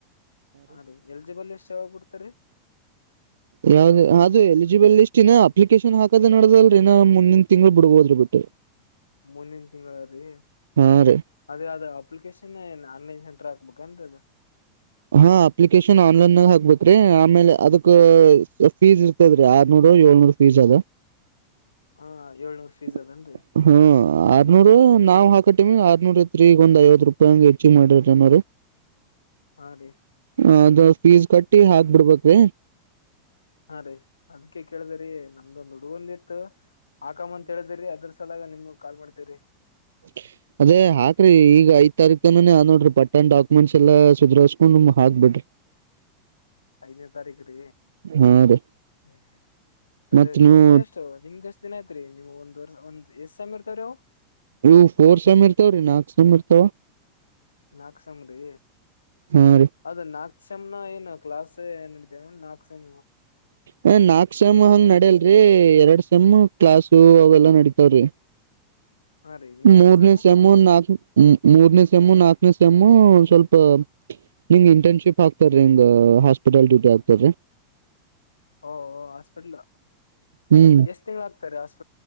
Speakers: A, on the left (about 75°); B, on the right (about 65°).
A: ಹಾ ರೀ ಎಲಿಜಿಬಲ್ ಎಷ್ಟ್ ಯಾವಾಗ್ ಬಿಡ್ತರಿ
B: ಯಾವ್ದ ಅದು ಎಲಿಜಿಬಲ್ ಇಷ್ಟಿನ ಅಪ್ಲಿಕೇಶನ್ ಹಾಕದೆ ನಡ್ದಲ್- ಮುಂದಿನ ತಿಂಗಳುಳ ಬಿಡ್ ಹೋದ್ರಿ ಬಿಟ್ಟು
A: ಮುಂದಿನ ತಿಂಗಳ ರೀ
B: ಹಾ ರೀ
A: ಅದೇ ಅದ ಅಪ್ಲಿಕೇಶನ್ ಹನ್ನೈ ಸೆಂ ಹತ್ರ ಆಗ್ಬೇಕ ಎಂತದು
B: ಹಾ ಅಪ್ಲಿಕೇಶನ್ ಆನ್ಲೈನ್ಗ ಹಾಕ್ಬೇಕೇರೀ ಆಮೇಲೆ ಅದಕ್ ಫೀಸ್ ಇರ್ತದೀ ಯಾರ್ ನೋಡ <unintelligible>
A: <inaudible> ಏಳ್ನೂರ್
B: <inaudible>
A: ಫೀಸ್ ಅದನ್ರಿ
B: ಹ್ಮ ಆರ್ನೂರು ನಾವ್ ಹಾಕಟಮಿ ಆರ್ನೂರ್ ತ್ಗ್ ಒ ಐವತ್ತು ರೂಪಾಯಿಂಗ್ ಹೆಚ್ಚಿ ಮಾಡ್ರರಿ ಏನೋರು
A: ಹಾ ರೀ
B: ಅದು ಫೀಸ್ ಕಟ್ಟಿ ಹಾಕ್ಬಿಡ್ಬ್ರೀ
A: ಹಾ ರೀ ಅದಕ್ಕೆ ಕೇಳಿದಿರರಿ ನಮ್ದೊಂದು ಹುಡುಗಂದ ಇತ್ತು ಆಕಾಮ ಅಂತ ಹೇಳ್ದಿರರಿ ಅದ್ರೆ ಸಲ ನಿಮ್ಗೆ ಕಾಲ್ ಮಾಡ್ತೇವ್ರರಿ
B: <inaudible> ಅದೇ ಹಾಕ್ರಿ ಈಗ ಐದ್ ತಾರೀಕ್ ತನ ನೋಡ್ರಿ ಪಟ್ಟಣ ಡಾಕ್ಯುಮೆಂಟ್ಸ್ ಎಲ್ಲಾ ಸುರಸ್ಕೊಂಡುಮ ಹಾಕ್ಬ ಬಿಡ್ರಿ
A: ಐದನೇ ತಾರೀಕು ರ
B: ಹಾ ರೀ
A: ಹ್ಮ ಸರಿ
B: ಮತ್
A: ನಿಮ್ದು
B: ನೀವು
A: ಎಷ್ಟು ನಿಮ್ದ್ ಎಷ್ಟ್ ದಿನ ಐತ್ರಿ ನಿಮ್ ಒಂದ ಒ ಎಷ್ಟು ಮ್ ಇರ್ತಾವವ್ರವು
B: ನೀವು ಫೋರ್ ಸಮ ಇರ್ತಾವ ರೀ ನಾಲ್ಕು ಸಮ ಇರ್ತಾವ
A: ನಾಕ್ಸಾಮ್ರಿ
B: ಹಾ ರೀ
A: ಅದ ನಾಕ್ ಕ್ಷಮನ ಏ ನ ಕ್ಲಾಸ್ ನಡತೇವೆ ನಾಕ್ಕ್ಷಮ
B: ಹ ನಾಕ್ ಸಮ್ ಹಂಗ್ ನಡ್ಯಲ್ರಿ ಎರಡ್ ಸಮ್ ಕ್ಲಾಸು ಅವೆಲ್ಲಾ ನಡತೆ <inaudible>
A: ಹಾ ರೀ ಇನ್ನ ಎರಡ್
B: ಮೂರನೇ
A: ಸೆಮ್
B: ಸಮನ್ ನಾಲ್ ಮೂರನೇ ಸಮುನ್ ನಾಕ ಮೂರನೇ ಸಮ್ಮು ಸ್ವಲ್ಪ ನಿಂಗ ಇಂಟರ್ನ್ಶಿಪ್ ಹಾತಾರರಿ ಹಿಂಗ್ ಹಾಸ್ಪಿಟಲ್ ಡ್ಯೂಟಿ ಆತಾರರಿ
A: ಓ ಹಾಸ್ಪಿಟ್ಲ್
B: ಹ್ಮ್
A: ಎಷ್ಟ್ ತಿಂಗ್ಳ ಆಗ್ತಾರೆ ಹಸ್ಪ